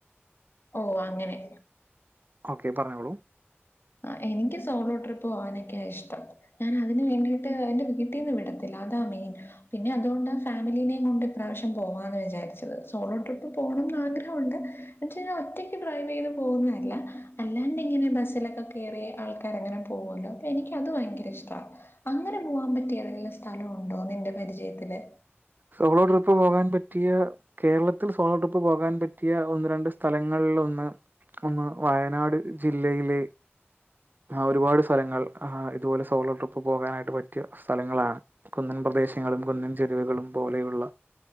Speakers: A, on the left; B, on the right.
A: ഓ അങ്ങനെ
B: ഓക്കേ പറഞ്ഞോളൂ
A: ആ എനിക്ക് സോളോ ട്രിപ്പ് പോകാനൊക്കെയ ഇഷ്ടം ഞാൻ അതിന് വേണ്ടിട്ട് എന്റെ വീട്ടിൽന്ന് വിടത്തില്ല അതാ മെയിൻ പിന്നെ അതുകൊണ്ടാണ് ഫാമിലീനിം കൊണ്ട് ഇപ്രാവശ്യം പോവാന്ന് വിചാരിച്ചത് സോളോ ട്രിപ്പ് പോകണം ആഗ്രഹമുണ്ട് പക്ഷ ഞാൻ ഒറ്റയ്ക്ക് ഡ്രൈവ് ചെയ്ത് പോകുന്നതല്ല അല്ലാണ്ട് ഇങ്ങനെ ബസ്സിലൊക്കെ കേറി ആൾക്കാര അങ്ങനെ പോകുമല്ലോ അപ്പൊ എനിക്ക് അത് ഭയങ്കര ഇഷ്ട അങ്ങനെ പോകാൻ പറ്റിയുള്ള ഏതെങ്കിലും സ്ഥലംണ്ടോ നിന്റെ പരിചയത്തില്
B: സോളോ ട്രിപ്പ് പോകാൻ പറ്റും പറ്റിയ കേരളത്തിൽ സോളോ ട്രിപ്പ് പോകാൻ പറ്റിയ ഒന്ന് രണ്ട് സ്ഥലങ്ങളിൽന്ന് ഒന്ന് വയനാട് ജില്ലയിലെ ഒരുപാട് സ്ഥലങ്ങൾ ഇതുപോലെ സോളോ ട്രിപ്പ് പോകാനായിട്ട് പറ്റിയ സ്ഥലങ്ങളാണ് കുന്നിൻ പ്രദേശങ്ങളും കുന്നിൻ ചെരുവുകളും പോലെയുള്ള